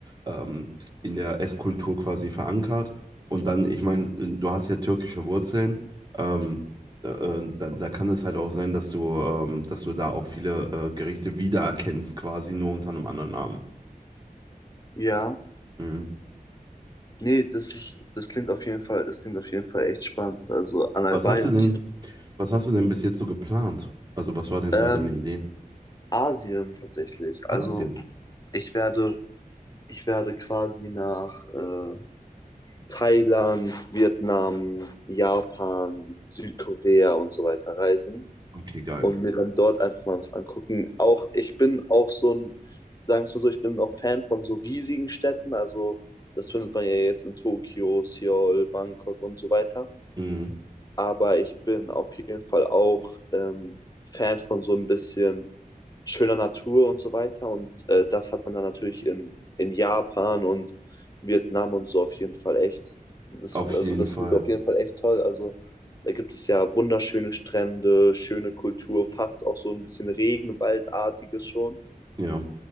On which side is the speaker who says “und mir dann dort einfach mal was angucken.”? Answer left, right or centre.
Left